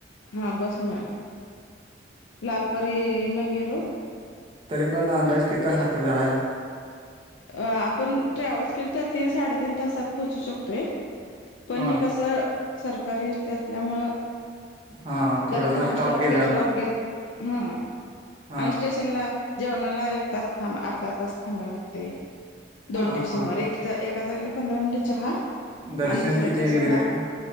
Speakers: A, on the left (about 80°); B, on the right (about 30°).
A: हा बस ना लालपरी न गेलो
B: तरी पण अंदाज कि तास लागत जायला
A: अ आपण ट्रॅव्हल्स केले तर तीन साडेतीीन तासात पोहोचू शकतोय पण
B: हा
A: हे कसं सरकार यष्ट असल्यामुळं
B: हा थोडासा
A: जरा थांबा स्टॉप
B: घे
A: घेत
B: जाणार
A: स्टॉप घेत हा
B: हा
A: आणि स्टेशनला जेवणाला एक तास थांब अर्धा तास थांबायलाग ते दोन
B: हा
A: टेशन
B: हा
A: वर
B: हा
A: एक एका जागला पंधरा मिनिटे चहा
B: दर्शन
A: आणि दुसऱ्या
B: किती
A: स्टेशनला
B: वेळेला घेतला